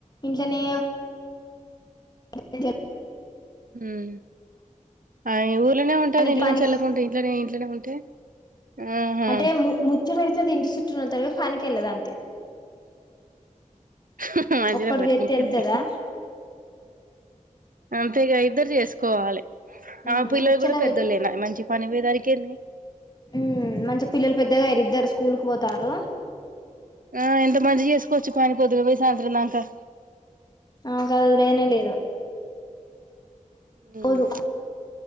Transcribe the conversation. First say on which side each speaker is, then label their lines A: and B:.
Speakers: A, on the left (about 30°); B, on the right (about 85°).
A: ఇంట్లోనే ఉంటది
B: హ్మ్ ఆ ఊర్లోనే ఉంటది
A: పనికి
B: ఇంట్లోనుంచి
A: పనికి
B: ఎల్లకుంటే ఇంట్లోనే ఇంట్లోనే ఉంటే ఆహా
A: అంటే ము ముచ్చు పెడతాది ఇంటి చుట్టూ ఉన్నోళ్లతో పనికి ఎళ్ళదు అంతే
B: హహ మంచిదే
A: ఒక్కటి
B: పట్టు
A: చేత్తే
B: ఇంకేమీ
A: వెళ్తదా
B: అంతేగా ఇద్దరు చేసుకోవాలే
A: మ్మ్
B: ఆమె పిల్లలు
A: ముచ్చట
B: కూడా పెద్దోళ్ళయినా మంచిగ పనికిపోయేదానికి ఏమి
A: ఉ మంచిగా పిల్లలు పెద్దగా అయిద్దరు స్కూల్కి పోతారు
B: ఆ ఎంత మంచిగా చేసుకో వచ్చి పని పోదుగా పోయి సయంత్రాంకా
A: ఆకాదుదిలేనే లేదు
B: ఉమ్
A: పోదు